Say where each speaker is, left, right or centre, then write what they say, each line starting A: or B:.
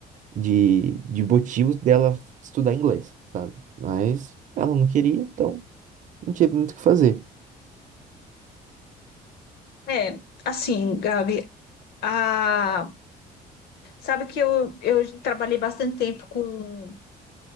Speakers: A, on the right; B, on the left.
A: de, de motivos dela estudar inglês, sabe? Mas ela não queria, então não tinha muito o que fazer.
B: É, assim, Gabi, a... sabe que eu, eu trabalhei bastante tempo com